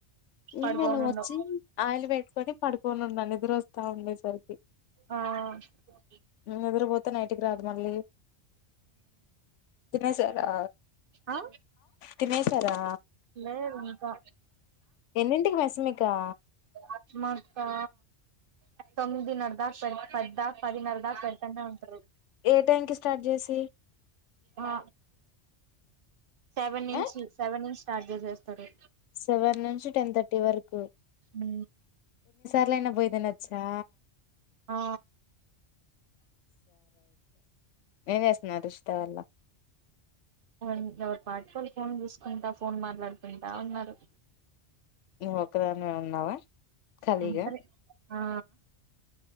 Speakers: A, on the left; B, on the right.
A: ఏం
B: పడుకోనుండవ్
A: చేయలే వచ్చి ఆయిల్ పెట్టుకొని పడుకొని ఉన్న నిద్ర నిద్రొస్తా ఉండేసరికి
B: ఆ హు
A: నిద్రపోతే నైట్కి రాదు మళ్ళీ తినేసారా
B: ఆ
A: తినేసారా
B: లేదు ఇంకా
A: ఎన్నింటికి మెస్ మీకా
B: ఆత్మాతా ఎ తొమి దినర్ దా పె పద్దా పదిన్నర దాకా పెడతనే ఉంటారు
A: ఏ టైం కి స్టార్ట్ చేసి
B: ఆ సెవెన్ ఇంచి
A: ఆ
B: సెవెన్ ఇంచ స్టార్జస్ చేస్తారు
A: సెవెన్ నుంచి టెన్ థర్టీ వరకు
B: మ్
A: లానా పోయిదనాచ్చా
B: ఆ
A: నేనే వస్తున్నా రుషతవలా
B: వా ఎవరి పాటు వాళ్ళు ఫోన్ చూసుకుంటా ఫోన్ మాట్లాడుకుంటా ఉన్నారు
A: నువ్వ ఒక్కదానివే ఉన్నావా ఖాళీగా
B: ఆ సరిే ఆ